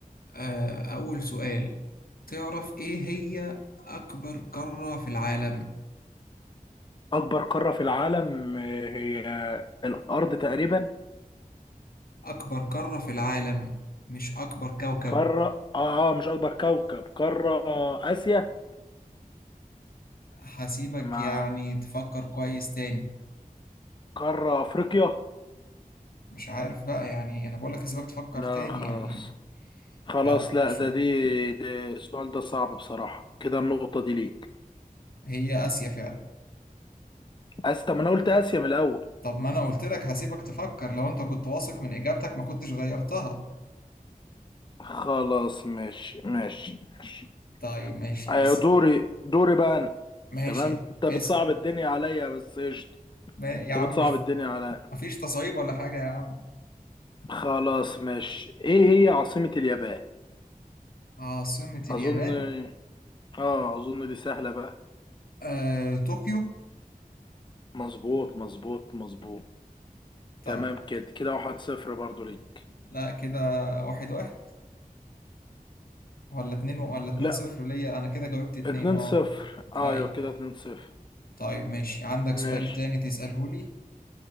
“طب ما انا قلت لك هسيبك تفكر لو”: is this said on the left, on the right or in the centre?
Left